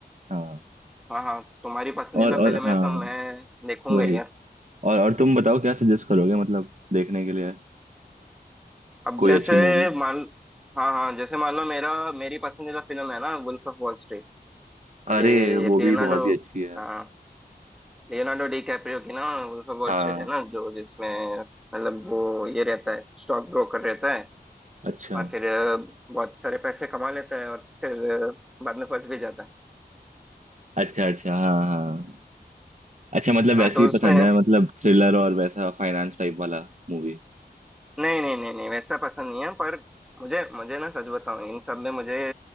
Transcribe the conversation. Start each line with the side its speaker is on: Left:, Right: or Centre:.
Right: हाँ
Centre: हाँ हाँ तुम्हारी पसंदीदा
Right: और
Centre: फिल्म
Right: और हाँ
Centre: है तो मैं देखूंगा
Right: वही
Centre: ही यार
Right: और और तुम बताओ क्या सजेस्ट करोगे मतलब देखने के लिए
Centre: अब
Right: कोई
Centre: जैसे
Right: अच्छी मूवी
Centre: मान हाँ हाँ जैसे मान लो मेरा मेरी पसंदीदा फिल्म है ना वुल्फ ऑफ वॉल स्ट्रीट ये
Right: अरे वो
Centre: लियोनार्डो
Right: भी बहुत ही अच्छी है
Centre: हाँ लियोनार्डो डी कैप्रियो की ना वुल्फ ऑफ वॉल
Right: हाँ
Centre: स्ट्रीट है ना जो जिसमें मतलब वो ये रहता है स्टॉक ब्रोकर रहता है
Right: अच्छा
Centre: और फिर अ, बहुत सारे पैसे कमा लेता है और फिर अ, बाद में फंस भी जाता है
Right: अच्छा अच्छा हाँ हाँ अच्छा मतलब वैसे
Centre: हाँ तो
Right: ही
Centre: उसमें
Right: पसंद है मतलब थ्रिलर और वैसा फाइनेंस टाइप वाला मूवी
Centre: नहीं नहीं नहीं नहीं वैसा पसंद नहीं है पर मुझे मुझे ना सच बताऊं इन सब में मुझे